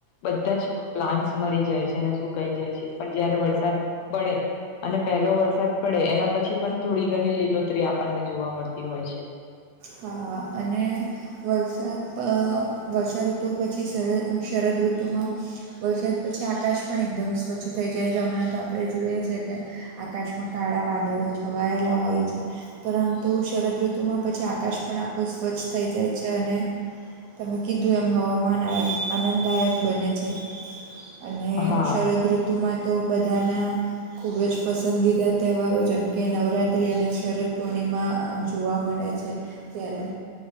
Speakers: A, on the left; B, on the right.
A: બધા જ પ્લાન્ટસ મરી જાય છે અને સુુંકાાઈ જાય છે પણ જયારે વરસાદ પડે અને પહેલો વરસાદ પડે એના પછી પન થોડી ઘની લીલોતરી આપણને જોવા મળતી હોય છે.
B: હા હા અને વરસાત વર્ષાઋતુ પછી શરદ ઉહ શરદ ઋતુમાં વરસાદ પછી આકાશ પણ એકદમ સ્વચ્છ થઈ જાય છે હમણાં તો આપડે જોઈએ છે કે આકાશમાં કાળા વાદળો છવાયેલા હોય છે પરંતુ શરદઋતુમાં પછી આ કાશ પણ આખું સ્વચ્છ થઈ જાય છે અને તમે કીધું એમ હવામાન આય આનંદદાયક બને છે. અને
A: હા
B: શરદ ઋતુમાં તો બધાના. ખૂબ જ પસંદીદા તહેવારો જેમ કે નવરાત્રી અને શરદ પૂર્ણિમા જોવા મળે છે ત્યારે.